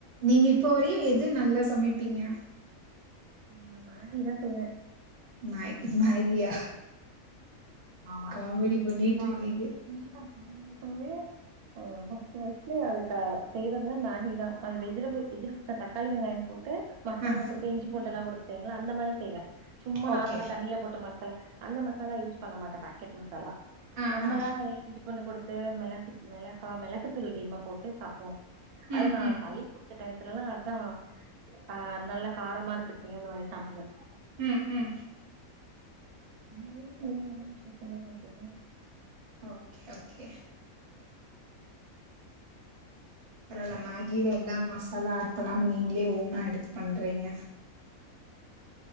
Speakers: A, on the right (about 45°); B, on the right (about 85°).
A: நீங்க இப்போ வரையு எது நல்லா சமப்பீங்க
B: நா மேஹி தா செய்வே
A: மேக் மேகியா?
B: ஆமா
A: காமெடி
B: அது <inaudible> மாட்டவே
A: பண்ணிட்டுருக்கீங்க.
B: அ ஃபர்ஸ்ட் ஃபர்ஸ்ட் அதுக்கு செய்றதுல்ல மாகி தா அது வெஜிடபிள் வெஜிடபிள் தக்காளி வெங்காயம் போட் டு மசாலா
A: ஆ,
B: கொடுத்து இஞ்சி பூண்டு எல்லா கொடுத்துங்கள அந்த மாரி செய்வே சும்மா
A: ஓகே.
B: நார்மலா தண்ணியில போட்டு மசாலா அந்த மசாலா யூஸ் பண்ண மாட்டே பாக்கெட் மசாலா
A: ஆ,
B: நம்மளா
A: ஆ.
B: இஞ்சி பூண்டு கொடுத்து மிளகு மிளகா மிளகு தூள் அதிகமா போட்டு சாப்புடுவோம் அது
A: ம்,
B: நா
A: ம்.
B: சளி புடிச்ச டை அதலல்லாம் அதா ஆ நல்ல காரமா இருக்கட்னி அந்த மாரி சாப்பிடுவே
A: ம் ம்
B: நீங்க நீங்க என்ன விஷேஷலா போவிங்க
A: ஓகே ஓகே பரவால மேகில
B: ம்
A: எல்லா மசாலா ஆட் பண்ணாம நீங்களே ஓனா எடுத்து பண்றீங்க